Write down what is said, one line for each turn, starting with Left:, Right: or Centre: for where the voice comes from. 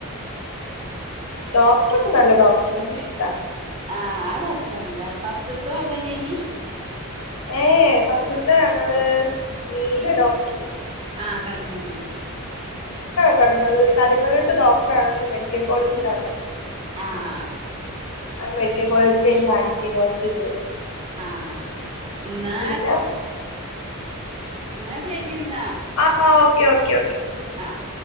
Left: ഡോക്ടറൊക്കെ നല്ല ഡോക്ടർ എനിക്കിഷ്ടാ
Right: ആ ആ ഡോക്ടർ <unintelligible> ഫസ്റ്റ് ത്തതും അത് എന്നെന്നിയോ
Left: ഏ ഫസ്റ്റത്തെ ഞങ്ങള് മീര ഡോക്ടർ
Right: ആ കടുങ്ങല്ലൂര്
Left: കടുങ്ങല്ലൂര് കടുങ്ങല്ലൂട്ട് ഡോക്ടണ് പക്ഷെ മെഡിക്കൽ കോളേജിലാണ്
Right: ആഹ്
Left: മെഡിക്കൽ കോളേജിലെനി കാണിച്ചോ ഫസ്റ്റ്ത്തെ
Right: ആഹ് ന്നാ
Left: പിന്നെ
Right: ന്നാ ശെരിന്ന
Left: ആ ആ ഓക്കേ ഓക്കേ ഓക്കേ
Right: ആഹ്